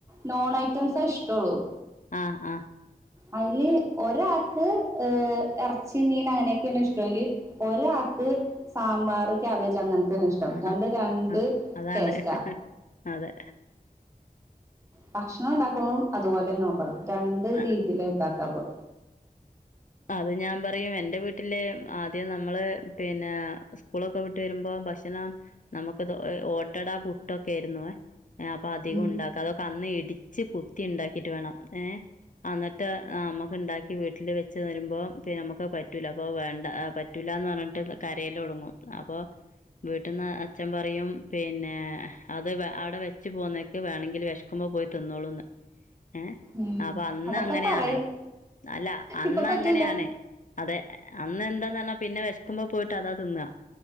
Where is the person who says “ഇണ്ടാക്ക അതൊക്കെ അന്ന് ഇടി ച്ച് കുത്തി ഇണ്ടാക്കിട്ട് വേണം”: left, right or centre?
Left